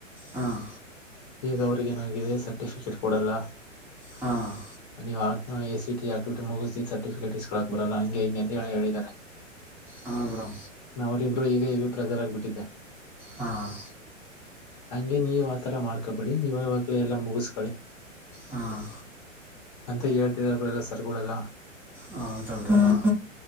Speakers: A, in the centre; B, on the left.
A: ಹಾಂ
B: ಈಗ ಅವರಿಗೇನಾಗಿದೆ ಸರ್ಟಿಫಿಕೇಟ್ ಕೊಡಲ್ಲ.
A: ಹಾಂ
B: ನೀವು ಎ, ಸಿಟಿ ಆಕ್ಟಿವಿಟಿ ಮುಗಿಸ ಸರ್ಟಿಫಿಕೇಟ್ ಇಸ್ಕಕ್ ಬರಲ್ಲ. ಹಂಗೆ ಹಿಂಗೆಂತ ಹೇಳ ಹೇಳಿದಾನ <unintelligible>
A: ಹಾಂ ಬ್ರೋ
B: ನ ಅವರಿಬ್ಬರು ಈಗ ಇವಿ ಪ್ರೆಜರ್ ಆಗಬಿಟ್ಟಿದ್ದೆ.
A: ಹಾಂ
B: ಹಂಗೆ ನೀವ್ ಆತರ ಮಾಡ್ಕಬೇಡಿ ಇವಾಗೆಲ ಎಲ್ಲಾ ಮುಗಸ್
A: ಹಾಂ
B: ಅಂತ ಹೇಳ್ತಿದರು ಎಲ್ಲ ಸರ್ಗಳೆಲ್ಲ.
A: ಹ ಹೌದೌದು. <unintelligible>